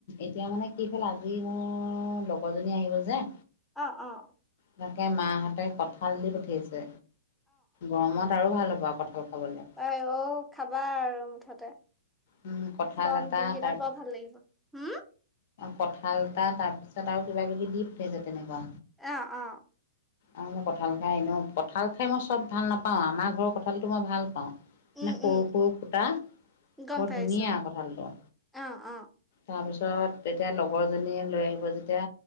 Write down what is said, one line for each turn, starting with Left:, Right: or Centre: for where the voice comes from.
Left: এতিয়া মানে সিফালে আজি মোৰ লগৰজনী আহিব যে
Centre: অ', - অ',
Left: তাকে মাহতে কঠাল দি পঠিয়াইছে গৰমত আৰু ভাল হ'ব আৰু কঁঠাল খাবলে
Centre: আই -অঔ খাবা আৰু মুঠতে।
Left: উম, কঠাল
Centre: গৰম
Left: এটা
Centre: দিনকেইটাত
Left: তাত
Centre: বৰ ভাল লাগিব। হুম
Left: কঠাল এটা তাত পিছত আৰু কিবা- কিবি দি পথিয়াইছে তেনেকুৱা।
Centre: আহ, অহ।
Left: আৰু মই কঁঠাল খাই এনেও কঁঠাল খাই মই চব ভাল নাপাওঁ, আমাৰ ঘৰৰ কঁঠালটো মই ভাল পাওঁ। মানে
Centre: উম
Left: সৰু
Centre: উম
Left: -সৰু সুটা
Centre: গম
Left: বৰ
Centre: পাইছো
Left: ধুনীয়া কঁঠালতো।
Centre: অ', - অ',
Left: তাৰপিছত তেতিয়া লগৰজনীয়ে লৈ আহিব যেতিয়া